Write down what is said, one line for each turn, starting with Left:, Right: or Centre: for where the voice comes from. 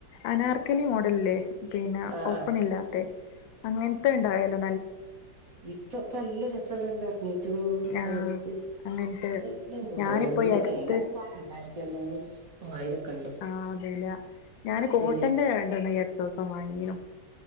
Left: അനാർക്കലി മോഡലില്ലേ പിന്നെ
Right: ആഹ്
Left: ഓപ്പൺ
Right: ആഹ്
Left: ഇല്ലാതെ അങ്ങൻത്തെ ഉണ്ടായാലോ
Right: ഇപ്പൊപ്പ നല്ല രസള്ളത് ഇറങ്ങിട്ട്ന്നു
Left: ആഹ്
Right: അങ്ങനത്തത്
Left: അങ്ങനത്തെ
Right: ല്ല മോടലാ
Left: ഞാനിപ്പോ
Right: എന്ത
Left: ഈ അടുത്ത്
Right: വില എന്താ രണ്ടായിരത്തി അണ്ഞ്ഞൂറ് മൂവായിരം ഒക്കെ ഉണ്ട്
Left: ആ വെല ഞാന് കോട്ടന്റെ
Right: ഉം
Left: രണ്ടെണ്ണം ഈ അടുതീസം വാങ്ങീനു